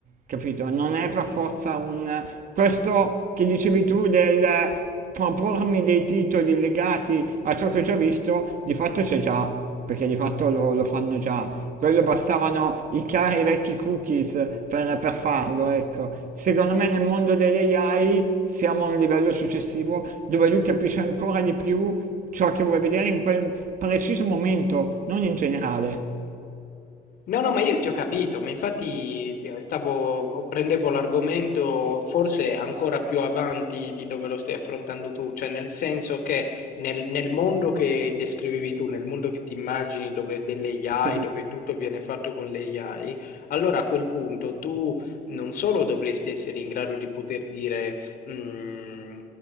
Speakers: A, on the right (about 50°); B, on the left (about 60°).
A: capito? Non è per forza un... Questo che dicevi tu del propormi dei titoli legati a ciò che ho già visto, di fatto c'è già, perché di fatto lo, lo fanno già. Quello bastavano i cari vecchi cookies per, per farlo, ecco. Secondo me nel mondo delle AI siamo a un livello successivo dove lui capisce ancora di più ciò che vuole vedere in quel preciso momento, non in generale.
B: No, no, ma io ti ho capito, ma infatti eh, stavo, prendevo l'argomento forse ancora più avanti di dove lo stai affrontando tu, cioè nel senso che nel, nel mondo che descrivevi tu, nel mondo che ti immagini dove delle AI,
A: <laughs> Sì.
B: dove tutto viene fatto con le AI, allora a quel punto tu non solo dovresti essere in grado di poter dire "Mm,